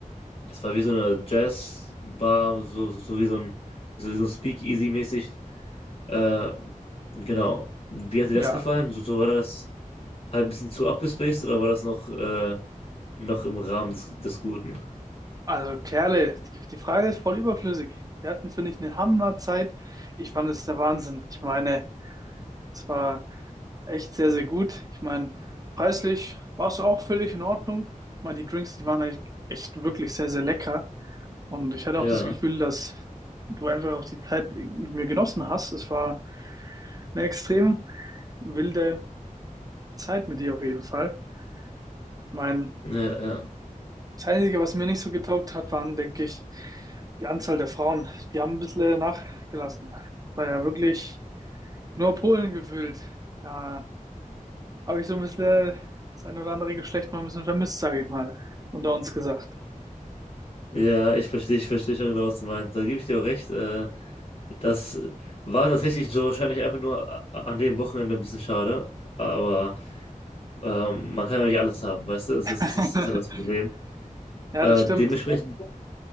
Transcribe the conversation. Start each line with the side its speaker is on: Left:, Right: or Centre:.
Left: das war wie so eine Jazzbar, so, so, so wie so ein, so wie so ein Speakeasy-mäßig. Äh, genau. Wie hat dir
Right: Ja,
Left: das gefallen? So, so war das halt ein bisschen zu abgespaced oder war das noch, äh, noch im Rahmen des, des Guten?
Right: also Kerle, die, die Frage ist voll überflüssig. Wir hatten, finde ich, eine Hammerzeit. Ich fand es der Wahnsinn. Ich meine, Es war echt sehr, sehr gut. Ich meine, preislich war es auch völlig in Ordnung. Ich meine, die Drinks, die waren echt echt wirklich sehr, sehr lecker. Und ich hatte
Left: Ja,
Right: auch das Gefühl, dass du einfach auch die Zeit mit mir genossen hast. Es war eine extrem wilde Zeit mit dir auf jeden Fall. Mein,
Left: ja, ja.
Right: das Einzige, was mir nicht so getaugt hat, waren, denke ich, die Anzahl der Frauen. Die haben ein bisschen nachgelassen. War ja wirklich nur Polen gefüllt. Da habe ich so ein bisschen das ein oder andere Geschlecht mal ein bisschen vermisst, sage ich mal, unter uns gesagt.
Left: Ja, ich verstehe, ich verstehe schon genau, was du meinst. Da gebe ich dir auch recht. Äh, das war tatsächlich so wahrscheinlich einfach nur a- an dem Wochenende ein bisschen schade. Aber Ähm, man kann ja nicht alles haben, weißt du? Das
Right: <laughs>
Left: ist, das ist, das ist ja das Problem.
Right: Ja,
Left: Äh,
Right: das stimmt.
Left: dementsprechend,